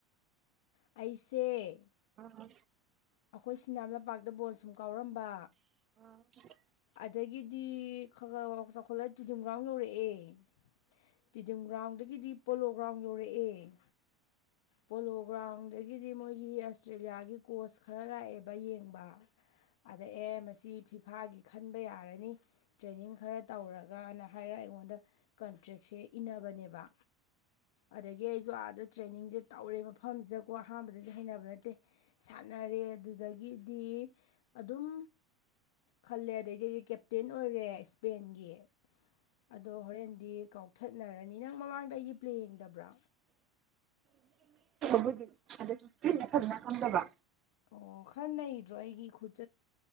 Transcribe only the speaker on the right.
ꯋꯥꯀ
ꯑ
ꯕꯨꯗꯤ ꯑꯗꯨꯁꯨꯅ ꯐꯖꯅ ꯈꯟꯗꯕ